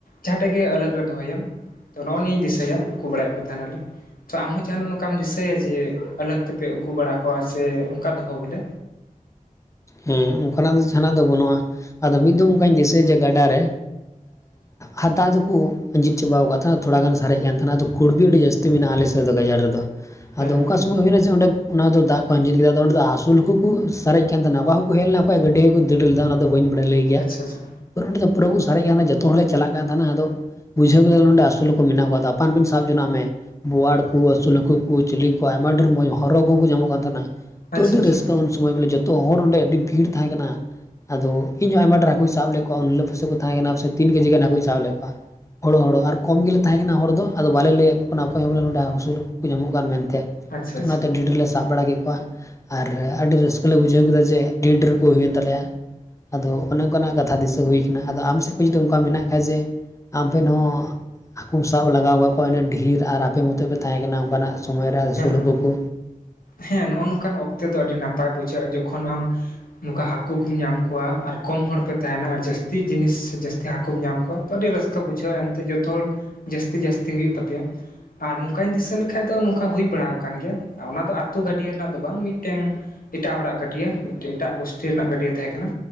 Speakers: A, on the left; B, on the left.
A: ᱡᱟᱦᱟᱸᱴᱷᱮᱜ ᱜᱮ ᱟᱞᱟᱜᱽ ᱨᱮ ᱫᱚᱦᱚᱭᱮᱢ ᱛᱚ ᱱᱚᱜᱼᱚ ᱱᱤᱭᱟᱹᱧ ᱫᱤᱥᱟᱹᱭᱟ ᱩᱠᱩ ᱵᱟᱲᱟᱭᱮᱫ ᱠᱚ ᱛᱟᱦᱮᱱᱟᱞᱮ ᱛᱚ ᱟᱢᱦᱚᱸ ᱡᱟᱦᱟᱱᱟᱜ ᱱᱚᱝᱠᱟᱢ ᱫᱤᱥᱟᱹᱭᱟ ᱡᱮ ᱟᱞᱟᱜᱽ ᱛᱮᱯᱮ ᱩᱠᱩ ᱵᱟᱲᱟ ᱠᱚᱣᱟ ᱥᱮ ᱚᱱᱠᱟ ᱫᱚᱦᱚ ᱵᱚᱞᱮ
B: ᱦᱮᱸ ᱚᱱᱠᱟᱱᱟᱜ ᱫᱚ ᱡᱟᱦᱟᱱᱟᱜ ᱫᱚ ᱵᱟᱹᱱᱩᱜᱼᱟ ᱟᱫᱚ ᱢᱤᱫ ᱫᱷᱟᱣ ᱚᱱᱠᱟᱧ ᱫᱤᱥᱟᱹ ᱡᱮ ᱜᱟᱰᱟ ᱨᱮ ᱦᱟᱫᱟ ᱫᱚᱠᱚ ᱟᱸᱡᱤᱫ ᱪᱟᱵᱟᱣ ᱟᱠᱟᱫᱣᱟ ᱛᱷᱚᱲᱟ ᱜᱟᱱ ᱥᱟᱨᱮᱡ ᱠᱟᱱ ᱛᱟᱦᱮᱱᱟ ᱟᱫᱚ ᱠᱩᱲᱵᱤ ᱟᱹᱰᱤ ᱡᱟᱹᱥᱛᱤ ᱢᱮᱱᱟᱜᱼᱟ ᱟᱞᱮ ᱥᱮᱫ ᱫᱚ ᱜᱟᱡᱟᱲ ᱨᱮᱫᱚ
A: ᱦᱮᱸ
B: ᱟᱫᱚ ᱚᱱᱠᱟ ᱥᱚᱢᱚᱭ ᱦᱩᱭᱱᱟ ᱡᱮ ᱚᱸᱰᱮ ᱚᱱᱟ ᱫᱚ ᱫᱟᱜ ᱠᱚ ᱟᱸᱡᱮᱫ ᱠᱮᱫᱟ ᱟᱫᱚ ᱚᱸᱰᱮ ᱫᱚ ᱟᱥᱩᱞ ᱦᱟᱹᱠᱩ ᱥᱟᱨᱮᱡ ᱛᱟᱦᱮᱱᱟ ᱚᱠᱟ ᱦᱚᱸᱠᱚ ᱦᱮᱡ ᱞᱮᱱᱟ ᱚᱠᱚᱭ ᱜᱟᱹᱰᱤ ᱦᱚᱸᱠᱚ ᱫᱟᱹᱲ ᱞᱮᱫᱟ ᱚᱱᱟ ᱫᱚ ᱵᱟᱹᱧ ᱵᱟᱲᱟᱭ ᱞᱟᱹᱭ ᱜᱮᱭᱟ
A: ᱟᱪᱪᱷᱟ ᱟᱪᱪᱷᱟ
B: ᱯᱚᱸᱰᱮ ᱫᱚ ᱯᱩᱨᱟᱹ ᱠᱚ ᱥᱟᱨᱮᱡᱮᱫ ᱠᱟᱱ ᱛᱟᱦᱮᱱᱟ ᱡᱚᱛᱚ ᱦᱚᱲᱞᱮ ᱪᱟᱞᱟᱜ ᱠᱟᱱ ᱛᱟᱦᱮᱱᱟ ᱟᱫᱚ ᱵᱩᱡᱷᱟᱹᱣ ᱠᱮᱫᱟ ᱱᱚᱰᱮ ᱟᱹᱥᱩᱞ ᱦᱟᱸᱠᱩ ᱢᱮᱱᱟᱜ ᱠᱚᱣᱟ ᱛᱟᱯᱟᱱ ᱵᱤᱱ ᱥᱟᱵ ᱡᱚᱱᱟᱜ ᱢᱮ ᱵᱳᱣᱟᱲ ᱠᱚ ᱟᱹᱥᱩᱞ ᱦᱟᱹᱠᱩ ᱪᱤᱞᱤ ᱠᱚᱣᱟ ᱟᱭᱢᱟ ᱰᱷᱮᱨ ᱢᱚᱸᱡᱽ ᱦᱚᱨᱚ ᱠᱚᱦᱚᱸ ᱧᱟᱢᱚᱜ ᱠᱟᱱ ᱛᱟᱦᱮᱱᱟ ᱛᱚ
A: ᱟᱪᱪᱷᱟ
B: ᱟᱹᱰᱤ
A: ᱟᱪᱪᱷᱟ
B: ᱨᱟᱹᱥᱠᱟᱹ ᱩᱱ ᱥᱚᱢᱚᱭ ᱵᱚᱞᱮ ᱡᱚᱛᱚ ᱛᱚ ᱦᱚᱲ ᱚᱸᱰᱮ ᱟᱹᱰᱤ ᱵᱷᱤᱲ ᱛᱟᱦᱮᱸ ᱠᱟᱱᱟ ᱟᱫᱚ ᱤᱧᱦᱚᱸ ᱟᱭᱢᱟ ᱰᱷᱮᱨ ᱦᱟᱹᱠᱩᱧ ᱥᱟᱵ ᱞᱮᱫ ᱠᱚᱣᱟ ᱩᱱᱦᱤᱞᱳᱜ ᱯᱚᱭᱥᱟ ᱠᱚ ᱛᱟᱦᱮᱸ ᱠᱟᱱᱟ ᱛᱤᱱ ᱠᱮᱡᱤ ᱜᱟᱱᱟᱹᱠᱩᱧ ᱥᱟᱵ ᱞᱮᱫ ᱠᱚᱣᱟ ᱦᱚᱲᱚ ᱦᱚᱲᱚ ᱟᱨ ᱠᱚᱢ ᱜᱮᱞᱮ ᱛᱟᱦᱮᱸ ᱠᱟᱱᱟ ᱦᱚᱲ ᱫᱚ ᱟᱫᱚ ᱵᱟᱞᱮ ᱞᱟᱹᱭ ᱟᱠᱚ ᱠᱟᱱᱟ ᱚᱠᱚᱭ ᱦᱚᱸ ᱵᱚᱞᱮ ᱱᱚᱰᱮ ᱦᱟᱸᱥᱩ ᱠᱚ ᱧᱟᱢᱚᱜ ᱠᱟᱱ ᱢᱮᱱᱛᱮ
A: ᱟᱪᱪᱷᱟ
B: ᱛᱚ
A: ᱟᱪᱪᱷᱟ
B: ᱚᱱᱟᱛᱮ ᱰᱤᱰᱮᱞ ᱞᱮ ᱥᱟᱵ ᱵᱟᱲᱟ ᱠᱮᱫ ᱠᱚᱣᱟ ᱟᱨ ᱟᱹᱰᱤ ᱨᱟᱹᱥᱠᱟᱹ ᱟᱞᱮ ᱵᱩᱡᱷᱟᱹᱣ ᱠᱮᱫᱟ ᱡᱮ ᱰᱷᱮᱨ ᱰᱷᱮᱨ ᱠᱚ ᱦᱩᱭᱮᱱ ᱛᱟᱞᱮᱭᱟ ᱟᱫᱚ ᱚᱱᱮ ᱚᱱᱠᱟᱱᱟᱜ ᱠᱟᱛᱷᱟ ᱫᱤᱥᱟᱹ ᱦᱩᱭ ᱠᱟᱱᱟ ᱟᱫᱚ ᱟᱢ ᱥᱮᱫ ᱠᱷᱚᱱ ᱡᱩᱫᱤ ᱚᱱᱠᱟ ᱢᱮᱱᱟᱜ ᱠᱷᱟᱡ ᱡᱮ ᱟᱢ ᱵᱤᱱ ᱦᱚᱸ ᱦᱟᱹᱠᱩᱢ ᱥᱟᱵ ᱞᱟᱜᱟᱣ ᱠᱫ ᱠᱚᱣᱟ ᱩᱱᱟᱹᱜ ᱰᱷᱮᱨ ᱟᱨ ᱟᱯᱮ ᱢᱚᱛᱚ ᱯᱮ ᱛᱟᱦᱮᱸ ᱠᱟᱱᱟ ᱚᱱᱠᱟᱱᱟᱜ ᱥᱚᱢᱚᱭ ᱨᱮ ᱟᱹᱥᱩᱞ
A: ᱦᱮᱸ ᱦᱮᱸ
B: ᱦᱟᱹᱠᱩ ᱠᱚ
A: ᱦᱮᱸ ᱱᱚᱜ-ᱚ ᱱᱚᱝᱠᱟ ᱚᱠᱛᱮ ᱫᱚ ᱟᱹᱰᱤ ᱱᱟᱯᱟᱭ ᱵᱩᱡᱷᱟᱹᱜ-ᱟ ᱡᱚᱠᱷᱚᱱ ᱟᱢ ᱱᱚᱝᱠᱟ ᱦᱟᱸᱠᱩ ᱠᱚᱢ ᱧᱟᱢ ᱠᱚᱣᱟ ᱟᱨ ᱠᱚᱢ ᱦᱚᱲ ᱯᱮ ᱛᱟᱦᱮᱱᱟ ᱟᱨ ᱡᱟᱹᱥᱛᱤ ᱡᱤᱱᱤᱥ ᱥᱮ ᱡᱟᱹᱥᱛᱤ ᱦᱟᱹᱠᱚᱢ ᱧᱟᱢ ᱠᱚᱣᱟ ᱛᱚ ᱟᱹᱰᱤ ᱨᱟᱹᱥᱠᱟᱹ ᱵᱩᱡᱷᱟᱹᱜ-ᱟ ᱮᱱᱛᱮ ᱡᱚᱛᱚ ᱦᱚᱲ ᱡᱟᱹᱥᱛᱤ ᱡᱟᱹᱥᱛᱤ ᱦᱩᱭᱩᱜ ᱛᱟᱯᱮᱭᱟ ᱟᱨ ᱱᱚᱝᱠᱟᱧ ᱫᱤᱥᱟᱹ ᱞᱮᱠᱷᱟᱡ ᱫᱚ ᱱᱚᱝᱠᱟ ᱦᱩᱭ ᱵᱟᱲᱟ ᱟᱠᱟᱱ ᱜᱮᱭᱟ ᱚᱱᱟ ᱫᱚ, ᱟ. ᱛᱩ ᱜᱟᱰᱭᱟ. ᱨᱮᱭᱟᱜ ᱫᱚ ᱵᱟᱝ ᱢᱤᱫᱴᱮᱱ ᱮᱴᱟᱜ ᱦᱚᱲᱟᱜ ᱜᱟᱹᱰᱭᱟᱹ ᱢᱤᱫ ᱮᱴᱟᱜ ᱜᱳᱥᱴᱤ ᱨᱮᱱᱟᱜ ᱜᱟᱹᱰᱭᱟᱹ ᱛᱟᱦᱮᱸ ᱠᱟᱱᱟ